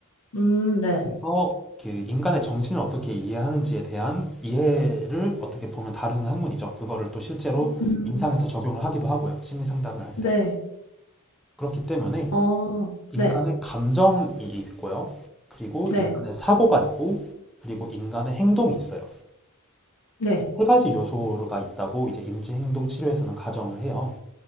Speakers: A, on the left; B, in the centre.
A: 음, 네.
B: 그래서 그 인간의 정신을 어떻게 이해하는지에 대한 이해를 어떻게 보면 다루는 학문이죠. 그거를 또 실제로
A: 음,
B: 임상에서 적용을 하기도 하고요. 심리 상담을 할
A: 네.
B: 때. 그렇기 때문에
A: 어,
B: 인간의
A: 네.
B: 감정이 있고요. 그리고 인간의
A: 네.
B: 사고가 있고, 그리고 인간의 행동이 있어요.
A: 네,
B: 세 가지 요소가 있다고 이제 인지행동 치료에서는 가정을 해요.